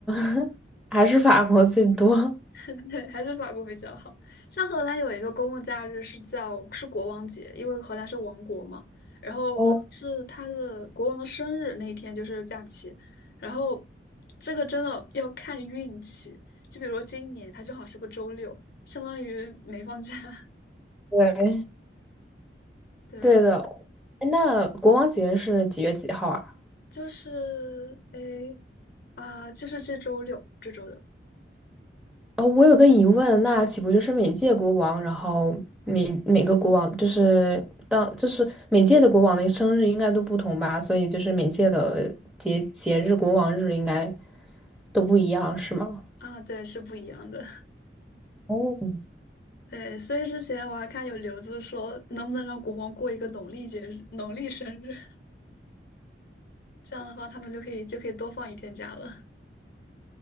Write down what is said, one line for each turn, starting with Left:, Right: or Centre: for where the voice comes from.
Centre: <laughs> 还是法国最多。
Left: <laughs> 对，还是法国比较好。像荷兰有一个公共假日是叫是国王节，因为荷兰是王国嘛，然后好像是他的国王的生日那一天就是假期。
Centre: 哦，
Left: 然后这个真的要看运气，就比如说今年它正好是个周六，相当于没放假。<laughs>
Centre: 对，
Left: 对啊，
Centre: 对的。哎那国王节是几月几号啊？
Left: 就是诶啊、就是这周六，这周六
Centre: 哦，我有个疑问，那岂不就是每届国王，然后每每个国王就是当就是每届的国王的生日应该都不同吧？所以就是每届的节节日国王日应该都不一样，是吗？
Left: 啊，对，是不一样的。<laughs>
Centre: 哦，
Left: 对，所以之前我还看有留子说，能不能让国王过一个农历节日、农历生日。这样的话，他们就可以就可以多放一天假了。